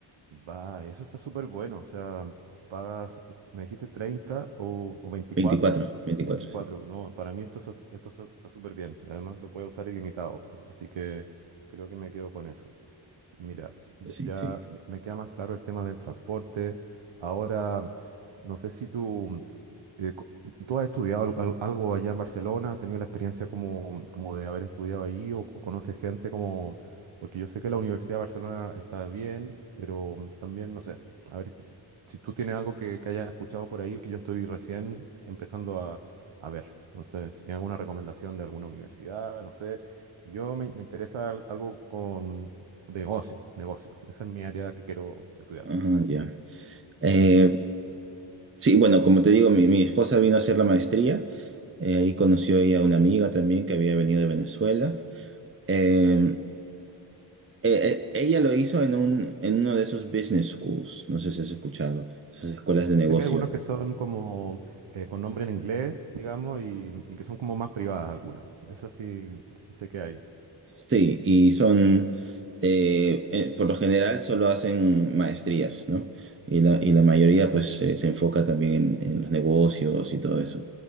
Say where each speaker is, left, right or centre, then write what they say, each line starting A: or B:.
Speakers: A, on the right; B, on the right.
A: Va, eso está súper bueno. O sea, pagas, eh, me dijiste 30 o, o 24.
B: veinticuatro veinticuatro
A: 24,
B: sí.
A: no, para mí esto, es- esto es- está súper bien. Y además lo puedo usar ilimitado. Así que creo que me quedo con eso. Mira, ya,
B: Sí,
A: ya-
B: sí.
A: ya me queda más claro el tema del transporte. Ahora, no sé si tú eh, co- ¿tú has estudiado al- al- algo allá en Barcelona? ¿Has tenido la experiencia como, como de haber estudiado allí o, o conoces gente como... Porque yo sé que la Universidad de Barcelona está bien, pero mm, también, no sé, a ver si, si tú tienes algo que, que hayas escuchado por ahí, que yo estoy recién empezando a, a ver. Entonces, si tienes alguna recomendación de alguna universidad, no sé. Yo me, me interesa al- algo con de negocio, negocio. Esa es mi área que quiero estudiar.
B: Ajá, ya. Eh, sí, bueno, como te digo, mi, mi esposa vino a hacer la maestría. Eh, ahí conoció ella a una amiga también que había venido de Venezuela. Eh, Eh, eh, ella lo hizo en un, en uno de esos business schools, no sé si has escuchado,
A: S-
B: esas escuelas
A: eh,
B: de
A: Sé
B: negocio.
A: que hay algunos que son como eh, con nombre en inglés, digamos, y, y que son como más privadas algunas. Eso sí, s- sé que hay.
B: Sí, y son, eh, eh, por lo general solo hacen maestrías, ¿no? Y la, y la mayoría pues se, se enfoca también en, en los negocios y todo eso.